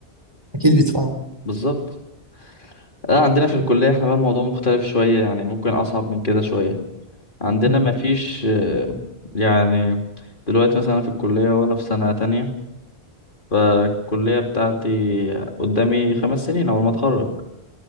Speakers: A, on the right; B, on the left.
A: اكيد بيدفعوا
B: بالظبط لا عندنا في الكلية احنا بقى الموضوع مختلف شوية يعني ممكن اصعب من كده شوية عندنا
A: مم.
B: ما فيش آه، يعني دلوقتي مثلا انا في الكلية وانا في سنة تانية فالكلية بتاعتي قدامي خمس سنين اول ما اتخرج